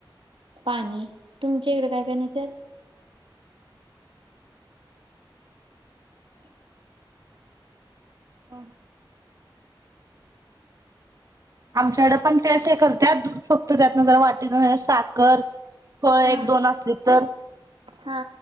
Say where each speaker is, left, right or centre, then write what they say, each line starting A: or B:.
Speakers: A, on the right; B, on the right.
A: पाणी तुमच्या इकडं... काय काय नेत्यात? <unintelligible>
B: <unintelligible> आमच्याकडं पण तेच हे करत्यात... दूध फक्त त्यातन जरा वाटीत... जरा साखर फळ
A: हा
B: एक दोन असली तर
A: हा.